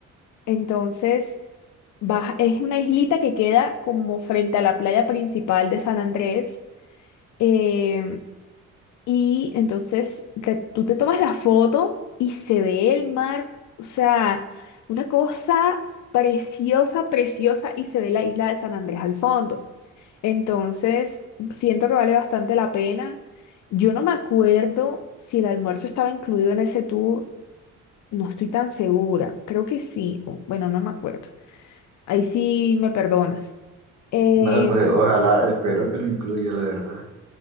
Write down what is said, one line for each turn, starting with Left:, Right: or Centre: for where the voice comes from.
Left: Entonces, vas, es una islita que queda como frente a la playa principal de San Andrés. Em, y entonces te- tú te tomas la foto y se ve el mar, o sea, una cosa preciosa, preciosa, y se ve la isla de San Andrés al fondo. Entonces, siento que vale bastante la pena. Yo no me acuerdo si el almuerzo estaba incluido en ese tour, no estoy tan segura, creo que sí, o- bueno, no me acuerdo. Ahí sí me perdonas. Em,
Right: Bueno, pues ojalá, espero que lo incluya, la verdad.